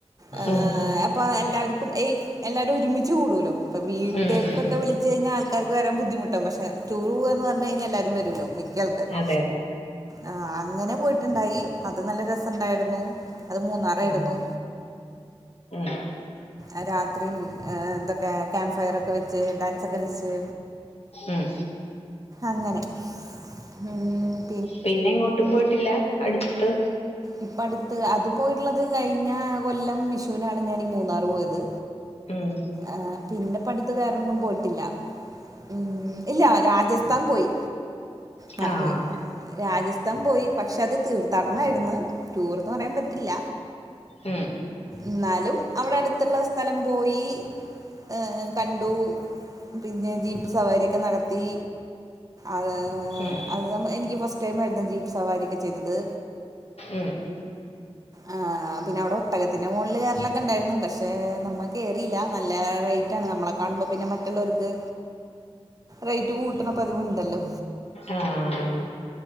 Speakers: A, on the right; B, on the left.
A: ആ
B: ഉം
A: അപ്പ എല്ലാവര്ക്കും ഏയ് എല്ലാരും ഒരുമിച്ച് കൂടുലോ പ്പൊ വീട്ടേൾക്കൊക്ക
B: ഉം ഉം ഉം
A: വിൾ ച്ച് യ്ഞ്ഞാ ആൾക്കാര്ക്ക്‌ വരാൻ ബുദ്ധിമുട്ടാവും പഷേ ടൂർ പൂവാന്ന് പറഞ്ഞ്ഴിഞ്ഞാ എല്ലാരും വരുല്ലോ മി ട്ടിൾക്കാരും
B: അതെ
A: ആ അങ്ങനെ പോയ്ട്ട്ണ്ടായി അത് നല്ല രസണ്ടായ്രുന്നു അത് മൂന്നറായിരുന്നു
B: ഉം ഉം
A: അത് രാത്രീം ആ തൊക്കെ കേമ്ഫയറൊക്കെ വെച്ച് ഡാൻസൊക്കളിച്ച്.
B: ഉം.
A: അങ്ങനെ ഉം.
B: പിന്നെ ങ്ങോട്ടും പോയ്ട്ടില്ല അടുത്ത്.
A: ഇപ്പട്ത്ത് അത് പോയ്ട്ട്ള്ളത് കഴിഞ്ഞ കൊല്ലം വിഷുനാണ് ഞാനി മൂന്നാറ് പോയത്.
B: ഉം
A: എ പിന്നെ പ്പട്ത്ത് വേറെന്നും പോയ്ട്ടില്ല ഉം ഇല്ല രാജസ് ത്താൻ പോയി. മറന്നുപോയി
B: ആഹ്.
A: രാജസ്ഥാൻ പോയി പക്ഷേ അത് തീർത്ഥാടനയ്ര്ന്ന് ടൂർന്ന് പറയാൻ പറ്റില്ല.
B: ഉം.
A: ന്നാലും അവ്ടെ അട്ത്ത്ള്ള സ്ഥലം പോയി. ഏ കണ്ടു പിന്നെ ജീപ്പ് സവാരിയൊക്കെ നടത്തി. അത്
B: ഉം
A: അത് നമ എനിക്ക് ഫസ്റ്റ് ടൈമായിരുന്നു ജീപ്പ് സവാരിക്കെ ചെയ്തത്.
B: ഉം
A: ആഹ് പിന്നെ അവടെ ഒട്ടകത്തിൻ്റെ മോളില് കേറലൊക്കെ ഒണ്ടായിരുന്നു പക്ഷെ നമ്മ കേറില്ല നല്ല റേറ്റ് ആണ് നമ്മളെ കാണുമ്പോൾ പിന്നെ മ റ്റുള്ളോർക്ക് റെയ്റ്റ് കൂട്ടണ പതിവുണ്ടല്ലോ?
B: ആഹ്